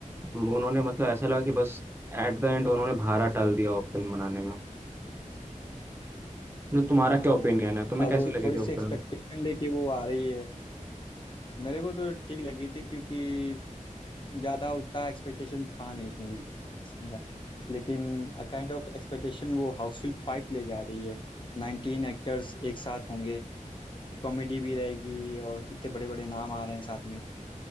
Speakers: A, on the right; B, on the left.
A: उन्होंने मतलब ऐसा लगा कि बस एट द एंड उन्होंने भारा टाल दिया वो फिल्म बनाने में न, तुम्हारा
B: हाँ
A: क्या
B: हाँ।
A: ओपिनियन है तुम्हें
B: अब
A: कैसी लगी
B: थोड़ी
A: थी वो
B: सी एक्सपेक्टेशन
A: फिल्म
B: लेके वो आ रही है मेरे को तो ठीक लगी थी क्योंकि ज़्यादा उतना एक्सपेक्टेशन था नहीं उस मूवी से मेरा लेकिन अ काइंड ऑफ एक्सपेक्टेशन वो हाउसफुल फाइव लेके आ रही है नाइनटीन एक्टर्स एक साथ होंगे कॉमेडी भी रहेगी और इतने बड़े बड़े नाम आ रहे हैं साथ में